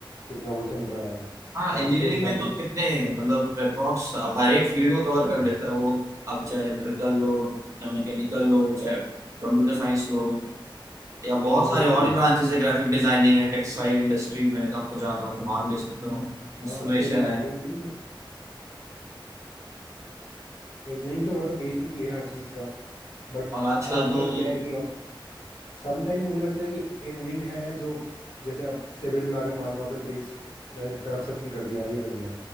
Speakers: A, on the left (about 70°); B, on the right (about 35°).
A: कितना वो चल रहा है
B: हाँ
A: और
B: इंजीनियरिंग
A: फ्लूइड
B: में
A: मैकेनिक
B: तो कितने मतलब अप्रॉक्स हर एक फील्ड को कवर
A: <clears throat>
B: कर लेता है वो आप चाहे इलेक्ट्रिकल लो चाहे मैकेनिकल लो चाहे कंप्यूटर साइंस लो या बहुत सारे
A: बिल्कुल
B: और भी ब्रांचेस है ग्राफिक डिजाइनिंग है टेक्सटाइल इंडस्ट्री में अगर आपको जाना हो तो वहाँ भी ले सकते हो इंस्ट्रूमेशन
A: हाँ हाँ सही बात
B: है
A: है इंजीनियरिंग इंजीनियरिंग तो मतलब बेसिक ही है हर चीज़ का बट
B: और आजकल
A: आजकल
B: तो
A: क्या है कि अब सम टाइम मुझे लगता है कि इंजीनियरिंग है जो जैसे आप सिविल में अगर मान लो आपने ब्रिज में करप्शन कर दिया ये कर दिया